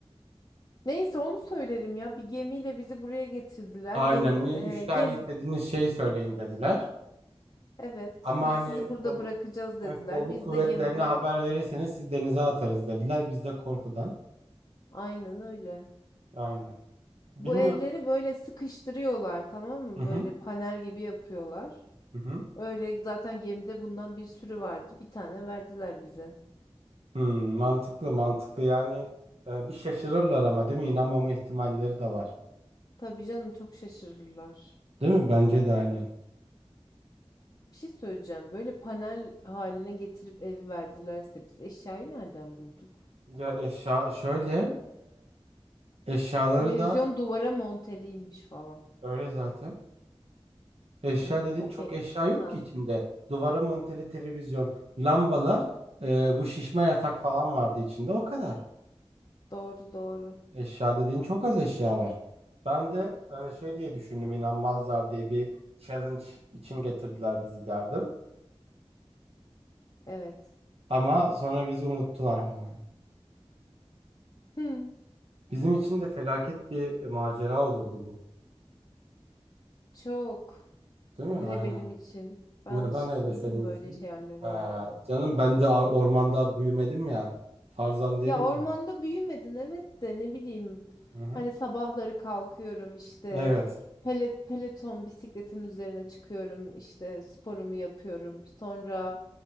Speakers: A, on the left; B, on the right.
A: Neyse onu söylerim ya. Bir gemiyle bizi buraya getirdiler.
B: Aynen
A: Gemi,
B: ne
A: e,
B: üç tane
A: gem,
B: istediğiniz şey söyleyin dediler.
A: evet.
B: Ama
A: Biz
B: hani
A: sizi burada
B: kol,
A: bırakacağız dediler.
B: eh, kolluk
A: Biz
B: kuvvetlerine
A: de gemide
B: haber verirseniz siz denize atarız dediler. Biz de korkudan.
A: aynen öyle.
B: Aynen. Bilmiyorum.
A: Bu evleri böyle sıkıştırıyorlar, tamam mı?
B: Hı
A: Böyle
B: hı.
A: panel gibi yapıyorlar.
B: Hı hı.
A: Öyle zaten gemide bundan bir sürü vardı. Bir tane verdiler bize.
B: Hmm, mantıklı mantıklı yani e, bir şaşırırlar ama değil mi? İnanmama ihtimalleri de var.
A: Tabii canım çok şaşırırlar.
B: Değil mi? Bence de aynen.
A: Bir şey söyleyeceğim. Böyle panel haline getirip evi verdilerse biz eşyayı nereden bulduk?
B: Ya eşya şöyle Eşyaları
A: Televizyon
B: da
A: duvara monteliymiş falan.
B: öyle zaten. Eşya
A: Hmm,
B: dediğin
A: okey.
B: çok eşya yok
A: Tamam.
B: ki içinde. Duvara monteli televizyon, lambalar, e, bu şişme yatak falan vardı içinde o kadar.
A: Doğru doğru.
B: Eşya dediğin çok az eşya var. Ben de e, şey diye düşündüm inanmazlar diye bir challenge için getirdiler bizi derdim.
A: Evet.
B: Ama sonra bizi unuttular falan.
A: Hmm,
B: Bizim için de felaket bir macera olurdu bu.
A: çok.
B: Değil
A: Hele
B: mi? Evet. Aynen.
A: benim için. Ben
B: Neden
A: alışık
B: hele
A: değilim
B: senin
A: böyle
B: için?
A: şeylere
B: Ha,
A: ya.
B: canım ben de ar- ormanda büyümedim ya. Tarzan derim
A: Ya ormanda büyümedin evet de ne bileyim.
B: Hı hı.
A: Hani sabahları kalkıyorum işte
B: Evet.
A: pelet peloton bisikletin üzerine çıkıyorum işte sporumu yapıyorum. Sonra